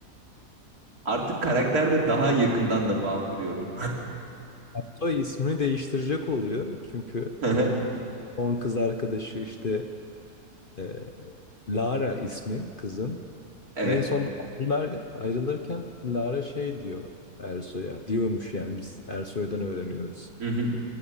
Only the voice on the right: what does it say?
Artık karakterle daha yakından da bağ kuruyorum.
<laughs>
Evet.
Hı hı.